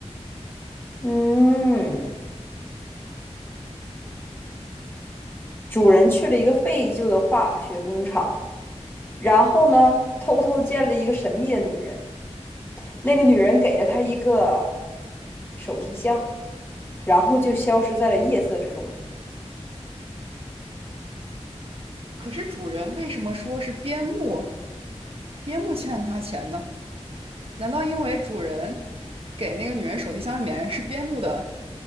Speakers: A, on the left (about 20°); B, on the right (about 55°).
A: 嗯，主人去了一个废旧的化学工厂，然后呢，偷偷见了一个神秘的女人。那个女人给了他一个手提箱，然后就消失在了夜色之中。
B: 可是主人为什么说是边牧边牧欠了他钱呢？难道因为主人给那个女人手提箱里面是边牧的